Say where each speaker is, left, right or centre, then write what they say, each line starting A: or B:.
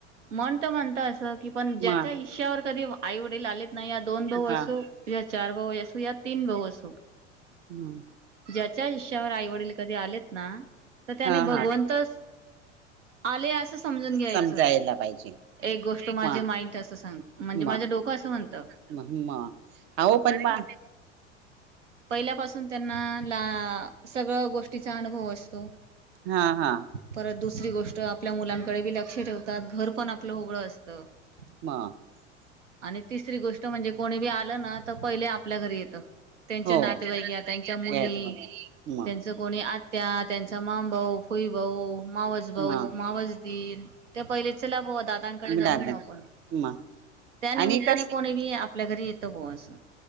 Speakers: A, on the right; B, on the right.
A: मन त म्हणत असं. की पण ज्याच्या
B: म
A: हिशश्यावर कधी आई वडील आलेत ना या दोन भाऊ,
B: हा
A: असो चार भाऊ असू, या तीन भाऊ असू
B: हम्.
A: ज्याच्या आुष्यावर आई वडील कधी आलेत ना? तर त्याने
B: हा
A: भगवंतच
B: हा
A: आले असं समजून घ्यायचं.
B: समजायला पाहिजे
A: एक गोष्ट माझे
B: म
A: माइंड असं सांग म्हणजे
B: म
A: माझं डोकं असं म्हणत.
B: म अहो पण म
A: पहिल्यापासून त्यां आप ला सगळं गोष्टीचा अनुभव असतो.
B: हा हा
A: परत दुसरी गोष्ट आपल्या मुलांकडे बी लक्ष ठेवतात. घर पण आपलं होगळं असत. <inaudible>
B: <inaudible>
A: आणि तिसरी गोष्ट म्हणजे कोणी बी आलं ना, तर पहिले. आपल्या घरी येत. त्यांच्या
B: हो
A: नातेवाईक त्यांच्या मुली,
B: येत म
A: त्यांचं कोणी आत्या त्यांचा मामभऊ, फुई भाऊ, मावज भाऊ,
B: म
A: मावजदीर त्या पहिली चला भो दादांकडे जाऊन
B: म
A: येऊ आपण.
B: म
A: त्या निमित्ताने
B: आणि कस
A: कोणी बी आपल्या घरी येतं ग असं!